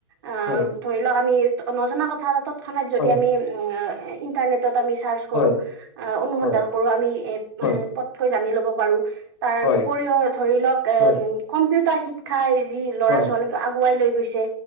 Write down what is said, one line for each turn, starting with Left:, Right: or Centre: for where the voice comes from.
Right: আহ
Left: হয়
Right: ধৰি লওক আমি নজনা কথা এটা তৎক্ষণাৎ যদি
Left: হয়
Right: আমি উম ইণ্টাৰনেটত আমি চাৰ্চ কৰোঁ
Left: হয়
Right: আ অনুসন্ধান
Left: হয়
Right: কৰোঁ আমি এ
Left: হয়
Right: পতকৈ জানি ল'ব পাৰোঁ। তাৰ
Left: হয়
Right: উপৰিও ধৰি লওক এম
Left: হয় হয়
Right: কম্পিউটাৰ শিক্ষাই যি ল'ৰা
Left: হয়
Right: ছোৱালীক আগুৱাই লৈ গৈছে